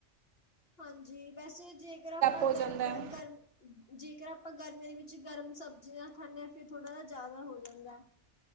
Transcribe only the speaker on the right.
ਹੋ
ਜਾਂਦਾ ਹੈ।